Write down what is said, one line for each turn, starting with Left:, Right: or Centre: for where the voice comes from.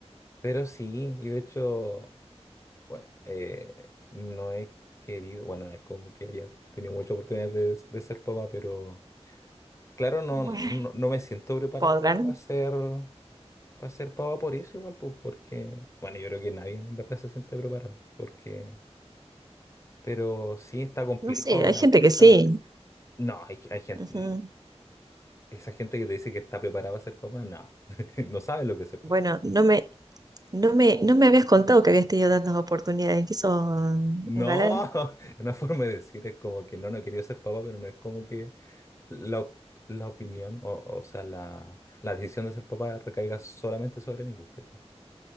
Left: pero sí, y de hecho, bueno, eh, no he querido, bueno, no es como que haya tenido muchas oportunidades de, de ser papá, pero claro, no,
Right: Bueno,
Left: no, no me siento preparado
Right: podrán.
Left: como para ser, para ser papá por eso igual, pues, porque, bueno, yo creo que nadie en verdad se siente preparado, porque, pero sí está complejo
Right: No sé,
Left: ahora,
Right: hay gente que
Left: está
Right: sí.
Left: complejo. No, hay, hay gente,
Right: Ujú.
Left: esa gente que te dice que está preparada para ser papá, no, <laughs> no sabe lo que es ser
Right: Bueno,
Left: papá.
Right: no me, no me, no me habías contado que habías tenido tantas oportunidades. ¿Qué sos
Left: No,
Right: un galán?
Left: <laughs> una forma de decir es como que no, no quería ser papá, pero no es como que la, op- la opinión, o, o sea, la, la decisión de ser papá recaiga solamente sobre mí, pues, ¿cachai?